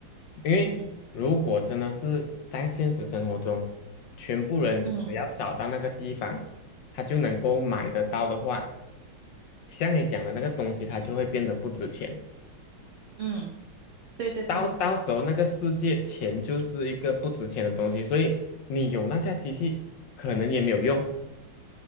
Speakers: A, on the left; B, on the right.
A: 因为如果真的是在现实生活中，
B: 嗯
A: 全部人只要找到那个地方，
B: 嗯
A: 他就能够买得到的话，像你讲的那个东西，它就会变得不值钱。
B: 嗯，对对对，
A: 到到时候那个世界钱就是一个不值钱的东西，所以你有那架机器可能也没有用，